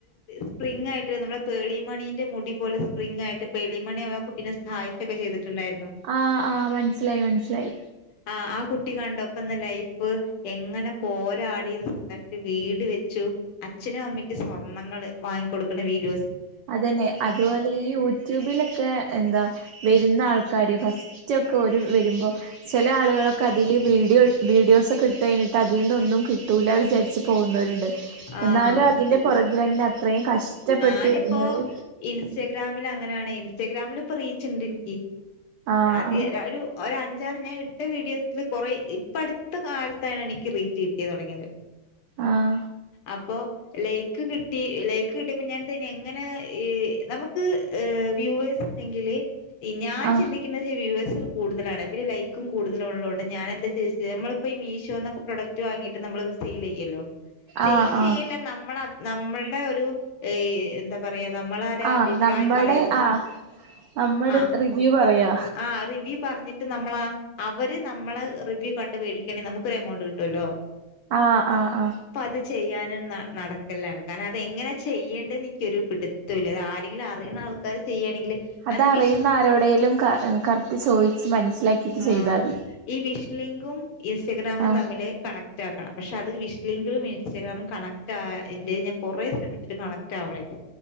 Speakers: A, on the left; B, on the right.
A: സ്പ്രിംഗയിട്ട് നമ്മള് പേളിമണിന്റെ മുടി പോലെ സ്പ്രിംഗങ് ആയി് പേളിമണി ആ കുട്ടിനെ സഹായിച്ചൊക്കെ ചെയ്തിട്ട് ണ്ടായിരുന്നു
B: ആഹ് ആഹ് മനസ്സിലായി മനസ്സിലായി
A: ആ ആ കു ലൈ് എങ്ങനെ പോരാടത് സ്വന്തട്ട് വീട് വെച്ചു അച്ഛനുംമ്മ സ്വർണങ്ങ വാങ്ങിക്ക കൊടുക്കുന്ന വീഡി
B: അതന്നെ അതുപോലെ ഈ യൂട്യൂബിലൊക്കെ എന്താ വരുന്ന ആൾക്ക കാര്യ ഫസ്റ്റ്ൊക്കെ ഒരു വരുമ്പോൾ ചില ആളുകളൊക്കെ അതിൽ വീഡിയോ വീഡിയോസൊക്കെ ഇട്ട് കഴിഞ്ഞ എന്നിട്ട് അതിൽ നിന്നൊന്നും കിട്ടൂല വിചാരിച്ച് പോകുന്നവരുണ്ട്
A: ആഹ്
B: എന്നാലും അതിന്റെ പുറകിൽ തന്നെ അത്രയും കഷ്ടപ്പെട്ട്
A: ഞാനിപ്പോ
B: ഇടുന്നവര്
A: ഇൻസ്റ്റഗ്രാമിൽ അങ്ങനെയാണ് ഇൻസ്റ്റാഗ്രാമിൽ ഇപ്പോ റീച്ച് ഇണ്ട് നിക്ക്
B: ആഹ്
A: അധ
B: ആഹ്
A: ഒരു ഒ ര അഞ്ച് ആർ ഞാൻ ഇട്ട വീഡിയോസൽ കുറെ ഇപ്പ അടുത്ത കാലത്താണ് എനിക്ക് റീച്ച് കിട്ടിയ തുടങ്ങിയത്
B: ആഹ
A: അപ്പോ ലൈക്ക് കിട്ടി ലൈക്ക് കിട്ടിയപ്പോ ഞാൻെ എങ്ങനെ നമുക്ക് വ്യൂവേസ് ണ്ടെങ്കിൽ ഞാൻ
B: ആഹ്
A: ചിന്തിക്കുന്നേ <unintelligible> കൂടുതലാണ് പിന്നെ ലൈക്കും കൂടുതല ആണ് ഞൻ എന്താെരി നമ്മിപ്പോൾ ഈ മീഷോ ന്നൊക്കെ പ്രൊഡക് വങ്ങിയിട്ട് നമ്മൾ സയിൽ ചെയ്യല്ലോ സെയിൽ
B: ആഹ്
A: ചെയ്യല്ല
B: ആഹ്
A: നമ്മള നമ്മളുടെ ഒരു എന്താ പറയാ നമ്മളരു
B: ആഹ്
A: അഭിപ്രായം
B: നമ്മടെ
A: പറയൂളു
B: ആഹ് നമ്മടെ
A: ആഹ
B: റിവ്യൂ പറയാ
A: ആ റിവ്യ പറഞ്ഞിട്ട് നമ്മള അവര് നമ്മളെ റിവ്യൂ കണ്ട് വേടിക്കണെൽ നമുക്ക്ൊ ഒരു എമൗണ്ട് കിട്ടുമല്ലോ
B: ആഹ് ആഹ് ആഹ്
A: ത് ചെയ്യാനും നടക്കലാണ് കാരണം അതെങ്ങനെ ചെയ്യേണ്ടത്ന്ന് എനിക്കൊ ഒരു പിടുത്തല്ല അത് ആരെങ്കിലും അറിയ ആൾക്കർ ചെയ്യാ
B: അതറിയുന്ന
A: അത് വിശ്
B: ആരോടേലും ക കറക്റ്റ് ചോയിച്ച് മനസ്സിലാക്കിട്ട്
A: ആ
B: ചെയ്താതി
A: ഈ വി ലിങ്കും ഇൻസ്റ്റഗ്രാമും
B: ആഹ്
A: തമ്മിൽ കണക്ട് ആക്കണം പക്ഷെ അത് വി <unintelligible> ഇൻസ്റ്റാഗ്രാമും കണക്റ്റ് ആ ഇന്റെ ഞാൻ കുറേ ശ്രമിച്ചിട്ട് കണക്ട് ആവണില്ല